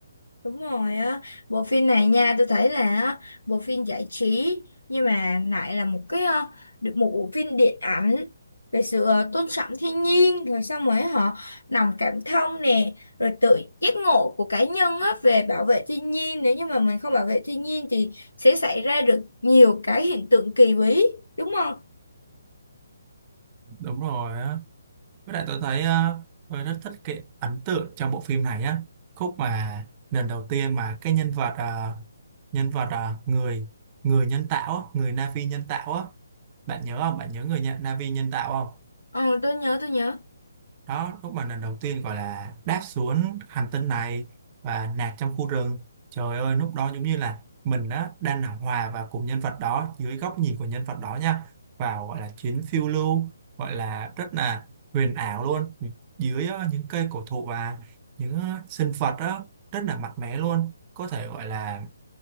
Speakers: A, on the left; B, on the right.
A: Đúng rồi á, bộ phim này nha, tôi thấy là á, bộ phim giải trí nhưng mà lại là một cái ờ, được một bộ phim điện ảnh về sự ờ, tôn trọng thiên nhiên rồi xong rồi họ lòng cảm thông nè rồi tự giác ngộ của cá nhân á về bảo vệ thiên nhiên nếu như mà mình không bảo vệ thiên nhiên thì sẽ xảy ra được nhiều cái hiện tượng kỳ bí đúng không?
B: đúng rồi á Với lại tôi thấy ờ, tôi rất thích cái ấn tượng trong bộ phim này á khúc mà lần đầu tiên mà cái nhân vật ờ, nhân vật ờ, người người nhân tạo á, người Na'vi nhân tạo á bạn nhớ không bạn nhớ người nhận Na'vi nhân tạo không
A: Ờ tôi nhớ tôi nhớ
B: đó lúc mà lần đầu tiên gọi là đáp xuống hành tinh này và nạt trong khu rừng trời ơi lúc đó giống như là mình đó đang là hòa vào cùng nhân vật đó dưới góc nhìn của nhân vật đó nha vào gọi là chuyến phiêu lưu gọi là rất là huyền ảo luôn dưới ờ, những cây cổ thụ và những ờ, sinh vật đó rất là mạnh mẽ luôn có thể gọi là